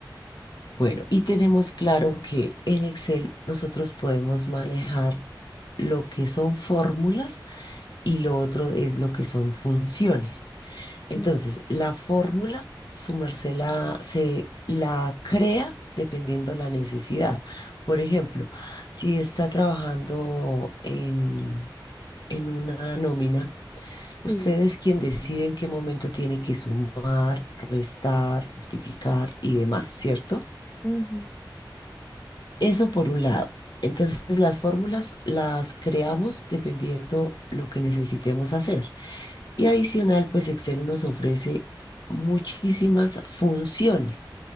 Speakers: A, on the left; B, on the left.
A: Bueno, y tenemos claro que en Excel nosotros podemos manejar lo que son fórmulas y lo otro es lo que son funciones. Entonces,
B: Mm,
A: la fórmula, su merced la, se la crea dependiendo la necesidad. Por ejemplo, si está trabajando en, en una nómina,
B: Sí.
A: usted es quien decide en qué momento tiene que sumar, restar, multiplicar y demás, ¿cierto?
B: ujú.
A: Eso por un lado. Entonces, las fórmulas las creamos dependiendo lo que necesitemos hacer. Y adicional, pues Excel nos ofrece muchísimas funciones.